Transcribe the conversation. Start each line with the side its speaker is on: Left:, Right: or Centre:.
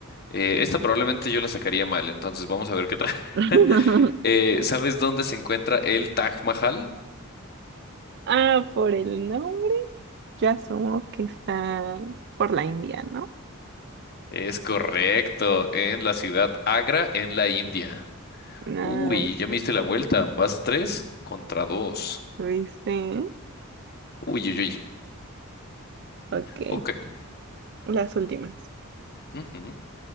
Left: Eh, esta probablemente yo la sacaría mal, entonces vamos a ver qué tal.
Right: <laughs>
Left: <laughs> Eh, ¿sabes dónde se encuentra el Taj Mahal?
Right: Ah, por el nombre, yo asumo que está por la India, ¿no?
Left: Es correcto, en la ciudad Agra, en la India.
Right: Ah,
Left: Uy, ya me diste la vuelta. Vas tres contra dos.
Right: dice,
Left: Uy, uy, uy.
Right: ok,
Left: Ok.
Right: las últimas.
Left: Ujú.